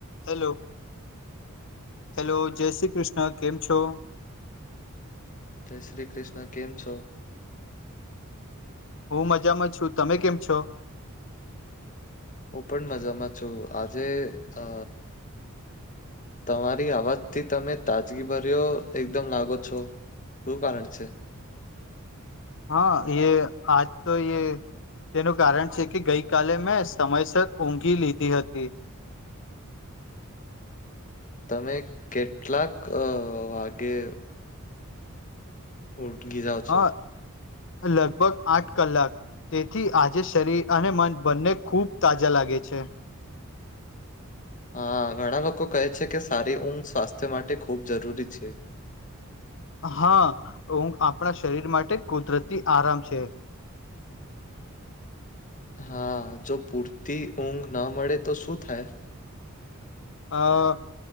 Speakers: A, on the left (about 60°); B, on the left (about 35°).
A: હેલો હેલો જય શ્રી કૃષ્ણ કેમ છો?
B: જય શ્રી કૃષ્ણ કેમ છો?
A: હું મજામાં છું તમે કેમ છો?
B: હું પણ મજામાં છું, આજે અ તમારી અવાજથી તમે તાજગી ભર્યો એકદમ લાગો છો. શું કારણ છે?
A: હા એ આજ તો એ તેનું કારણ છે કે ગઈ કલે મેં સમયસર ઊઘી લીધી હતી.
B: તમે કેટલાક વાગે ઉટગીજા છો
A: હા લગભગ આઠ કલાક તેથી આજે શરીર અને મને બંને ખુબ તાજા લાગે છે.
B: હા ઘણા લોકો કહે છે કે સારી ઊંઘ સ્વાસ્થ્ય માટે ખૂબ જરૂરી છે.
A: હા આપણા શરીર માટે કુદરતી આરામ છે.
B: હા જો પૂરતી ઊંઘ ના મળે તો શું થાય?
A: અ